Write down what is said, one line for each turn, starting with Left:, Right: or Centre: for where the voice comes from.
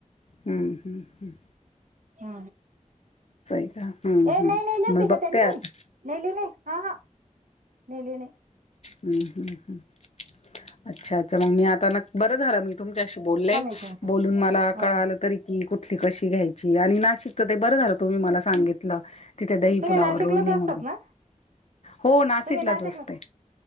Left: हम्म! हम्
Right: हा!
Left: का हम्म
Right: ए
Left: हम्म
Right: नाही, नाही नेहेलीवती
Left: मी बघते
Right: ग त्यांनी.
Left: आता
Right: नेहेली नाय, अ, ह नेहेली नाय.
Left: हम्म, हम्म, हम् अच्छा, अच्छ मग मी आता ना, बरं झालं मी तुमच्याशी बोलले.
Right: थांब एक मिनिट
Left: बोलून मला
Right: ह
Left: कळालं तरी की कुठली कशी घ्यायची आणि ना शिकत ते! बरं झालं, तुम्ही मला सांगितलं तिथे दही
Right: तुम्ही
Left: पुुलावर
Right: नाशिकलाच
Left: रोहिणे
Right: असतात
Left: म्हणून....
Right: ना
Left: हो नाशिकलाच
Right: तुम्ही नाशिकला
Left: असते.